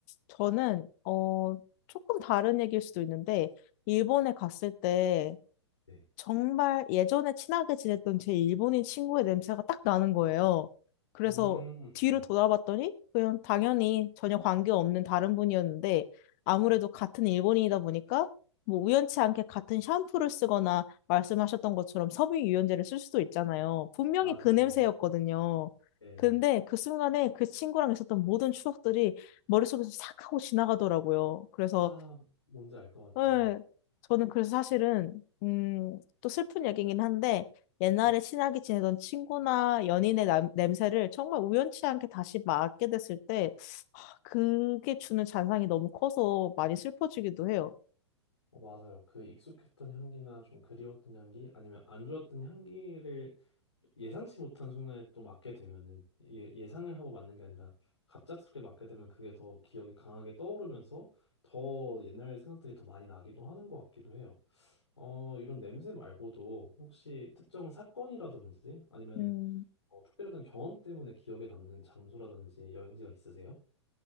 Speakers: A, on the left; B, on the left.
A: 저는, 어, 조금 다른 얘기일 수도 있는데, 일본에 갔을 때,
B: 네.
A: 정말 예전에 친하게 지냈던 제 일본인 친구의 냄새가 딱 나는 거예요. 그래서
B: 음,
A: 뒤를
B: 네.
A: 돌아봤더니 그냥 당연히 전혀 관계없는 다른 분이었는데 아무래도 같은 일본인이다 보니까 뭐 우연치 않게 같은 샴푸를 쓰거나 말씀하셨던 것처럼 섬유유연제를 쓸 수도 있잖아요. 분명히
B: 맞아요.
A: 그 냄새였거든요.
B: 네네.
A: 근데 그 순간에 그 친구랑 있었던 모든 추억들이 머릿속에서 싹 하고 지나가더라고요. 그래서
B: 아, 뭔지 알 것
A: 네.
B: 같아요.
A: 저는 그래서 사실은, 음, 또 슬픈 얘기긴 한데, 옛날에
B: 네.
A: 친하게 지내던 친구나 연인의 남- 냄새를 정말 우연치 않게 다시 맡게 됐을 때, 하, 그게 주는 잔상이 너무 커서 많이 슬퍼지기도 해요.
B: 어, 맞아요. 그 익숙했던 향기나 좀 그리웠던 향기 아니면 안 좋았던 향기를 예상치 못한 순간에 또 맡게 되면은 예, 예상을 하고 맡는 게 아니라 갑작스럽게 맡게 되면 그게 더 기억이 강하게 떠오르면서 더 옛날 생각들이 더 많이 나기도 하는 것 같기도 해요. 어, 이런 냄새 말고도 혹시 특정 사건이라든지 아니면은
A: 음,
B: 어, 특별했던 경험 때문에 기억에 남는 장소라든지 여행지가 있으세요?